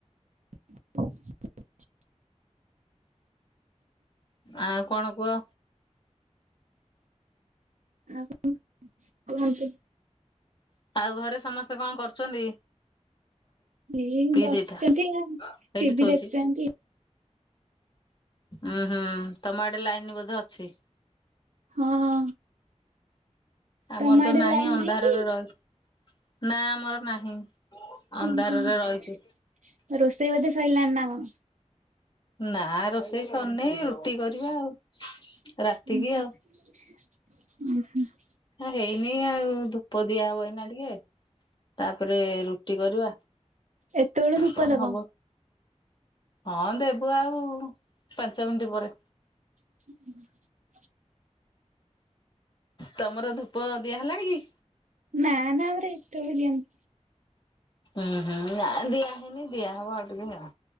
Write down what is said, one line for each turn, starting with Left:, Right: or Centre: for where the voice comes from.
Right: <inaudible>
Left: ଆଉ କଣ କୁହ?
Right: ଆ <unintelligible> କୁହନ୍ତୁ
Left: ଆଉ ଘରେ ସମସ୍ତେ କଣ କରୁଛନ୍ତି?
Right: ଏଇ
Left: ପିଇ
Right: ବସିଛନ୍ତି
Left: ଦେଇଥା ସେଇଠି
Right: ଆଉ ଟିଭି
Left: ଥୋଈଦେ
Right: ଦେଖୁଛନ୍ତି
Left: ହୁଁ ହୁଁ ତମ ଆଡେ ଲାଇନ ବୋଧେ ଅଛି
Right: ହଁ।
Left: ଆମର
Right: ତମ
Left: ତ
Right: ଆଡେ
Left: ନାହିଁ
Right: ଲାଇନ
Left: ଅନ୍ଧାରରେ
Right: କି?
Left: ରହିଛୁ ନା ଆମର ନାହିଁ ଅନ୍ଧାରରେ
Right: ହୁଁ ହୁଁ
Left: ରହିଛୁ।
Right: ରୋଷେଇ ବୋଧେ ସଇଲାଣି ନା କଣ
Left: ନା ରୋଷେଇ ସରିନେଇ ରୁଟି କରିବା ଆଉ
Right: ହୁଁ
Left: ରାତିକି ଆଉ।
Right: ହୁଁ ହୁଁ ହୁଁ
Left: ହେଇନି ଆଉ ଧୂପ ଦିଆହବ ଏଇନା ଟିକେ ତାପରେ ରୁଟି କରିବା
Right: ଏତେବେଳୁ ଧୂପ
Left: କଣ
Right: ଦବ?
Left: ହବ? ହଁ ଦେବୁ ଆଉ ପାଞ୍ଚ ମିନିଟ ପରେ
Right: <inaudible>
Left: ତମର ଧୂପ ଦିଆହେଲାଣି?
Right: ନା ନା ଆମର ଏତୋଉଳୁ ଦିଆହୁଏନି।
Left: ହୁଁ ହୁଁ ଦିଆ ହେଇନି ଦିଆ ହବ ଆଉ ଟିକେ